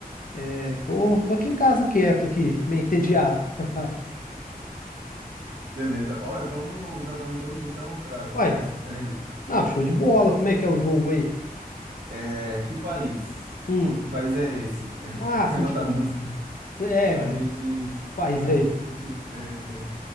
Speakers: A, on the left (about 60°); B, on the right (about 85°).
A: É, tô, tô aqui em casa quieto aqui, meio entediado. <laughs>
B: Beleza. Olha, vamos jogar um jogo então para
A: Uai,
B: tirar esse tédio.
A: não, show de bola. Como é que é o jogo aí?
B: É, que país?
A: Hum.
B: Que país é esse? <laughs>
A: Ah,
B: O tema
A: assim, tipo,
B: da música.
A: é,
B: A gente,
A: país
B: a
A: é
B: gente
A: esse?
B: é,